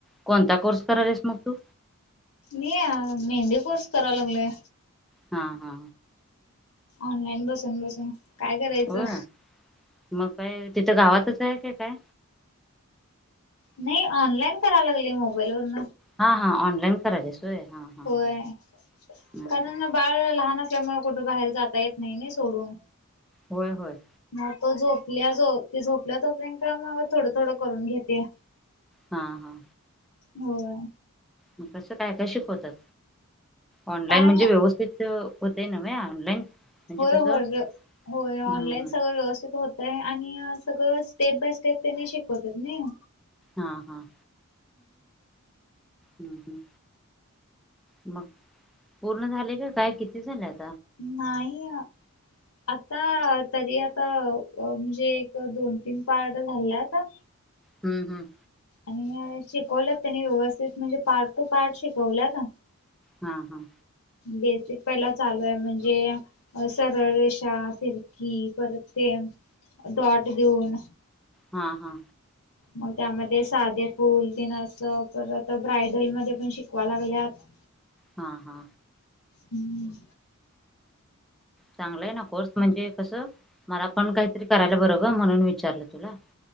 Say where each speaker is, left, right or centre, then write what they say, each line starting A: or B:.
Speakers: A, in the centre; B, on the left.
A: कोणता कोर्स करायलास मग तू
B: मी या मेहंदी कोूस करायला लागलेय
A: हा हा
B: ऑनलाईन बसून बसून काय करायचं
A: होय मग तिथं गावातच आहे का काय
B: नाही ऑनलाईन कराय लागली मोबाईल वन
A: हा हा ऑनलाईन करायलास होय हा हा
B: होय
A: होय
B: कारण बाळ लहान असल्यामुळे फोटो बाहेर जाता येत नाही ना सोडून
A: होय होय
B: मग तो झोपल्या जो झोपल्या तोपर् का मग थोडं थोडं करून घेते
A: हा हा
B: होय
A: मग कसं काय काय शिकवतात ऑनलाइन
B: काय
A: म्हणजे व्यवस्थित होते नवहे ऑनलाईन म्हणजे
B: होय
A: कसं
B: होय होय
A: हम्म
B: ऑनलाईन
A: हम्म
B: सगळं व्यवस्थित होतय आणि सगळं स्टेप बाय स्टेप त्यांनी शिकवतात ना
A: हा हा हम् ह मग पूर्ण झाले का काय किती झालेत
B: नाही आता तरी आ आता म्हणजे एक दोन तीन पार्ट झाला आता
A: हम्म हम्म
B: आणि शिकवलंत त्यांनी व्यवस्थित म्हणजे पार्ट टू पार्ट शिकवला ना
A: हा हा
B: बेसिक पहिला चालू आहे म्हणजे सरळ रेषा सिरकी परत ते दॉट देऊन
A: हा हा
B: मग त्यामध्ये साधे फुल त ना अस परत ब्रायडल मध्ये पण शिकवा लागल्यात
A: हा हा
B: हम्म
A: चांगलाय ना कोर्स म्हणजे कस मला आपण काहीतरी करायला बरोबबर म्हणून विचारलं तुला